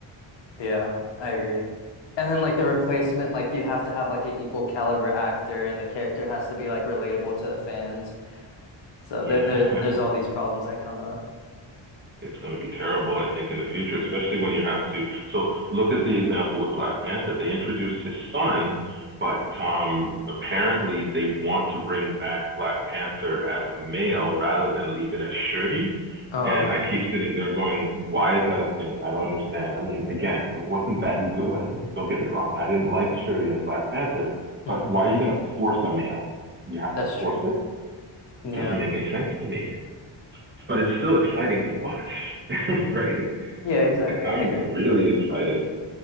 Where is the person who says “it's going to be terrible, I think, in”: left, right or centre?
Right